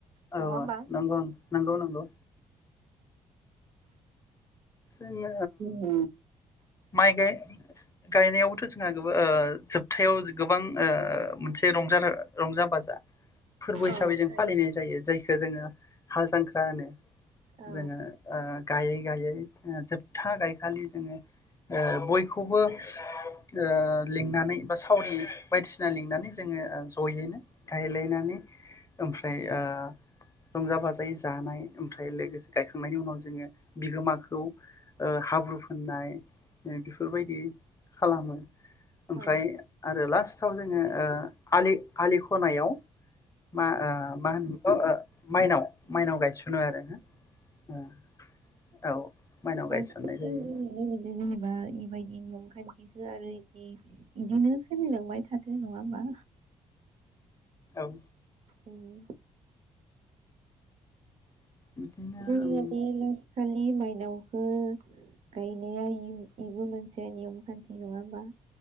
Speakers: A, on the right; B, on the left.
A: नङा
B: औ
A: होमबा
B: नोंगौ नोंगौ नोंगौ। जोङो
A: औ
B: माइ गाय-गायनायावथ' जोंहा गोब ओ जोबथायाव गोबां ओ मोनसे रंजानो रंजा फाजा फोरबो
A: औ
B: हिसाबै जों
A: थायो
B: फालिनाय जायो जायखो जोङो हाल जांख्रा होनो
A: औ
B: जोङो ओ गायै गायै ओ जोबथा गायखालि जोङो ओ बयखौबो ओ लिंनानै बा सावरि बायदिसिना लिंनानै जोङो जयैनो गायलायनानै ओमफ्राय ओ रंजा बाजायै जानाय ओमफ्राय लोगोसे गायखांनायनि उनाव जोङो बिगोमाखौ खौ ओ हाब्रु फोननाय बेफोरबायदि खालामो। ओमफ्राय
A: औ
B: आरो लास्टाव जोङो ओ आलि आलि खनायाव मा ओ मा होनो बेखौ ओ माइनाव माइनाव गायसनो आरो ओ औ। माइनाव
A: मानसिफोरखौ
B: गायसननाय जायो
A: नुनो मोनदों <unintelligible> बा इबायदि नेयमखाय इदि होआ आरो इदि इदिनो सोलिलांबाय थाथो नङा होमबा?
B: औ।
A: उम।
B: <unintelligible>
A: जों
B: ओम
A: इदि लास खालि माइनावखो गायनाया इ-इबो मोनसे नियम खान्थि नङा होमबा?